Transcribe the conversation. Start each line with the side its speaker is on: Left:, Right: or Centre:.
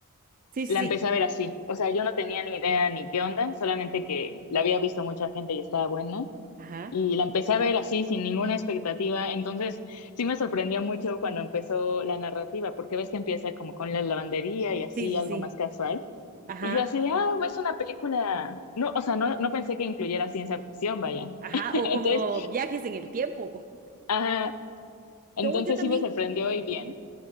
Right: sí, sí,
Left: la
Right: sí.
Left: empecé a ver así. O sea, yo no tenía ni idea ni qué onda, solamente que la había visto mucha gente y estaba buena.
Right: Ajá.
Left: Y la empecé a ver así, sin ninguna expectativa. Entonces, sí me sorprendió mucho cuando empezó la narrativa, porque ves que empieza como con la lavandería y así,
Right: Sí, sí,
Left: algo
Right: sí.
Left: más casual.
Right: Ajá.
Left: Y yo así de, ah, es una película. No, o sea, no, no pensé que incluyera ciencia ficción, vaya.
Right: Ajá.
Left: <laughs>
Right: O como
Left: Entonces,
Right: viajes en el tiempo.
Left: ajá,
Right: <laughs> No,
Left: entonces
Right: yo también.
Left: sí me sorprendió y bien.
Right: Ujú.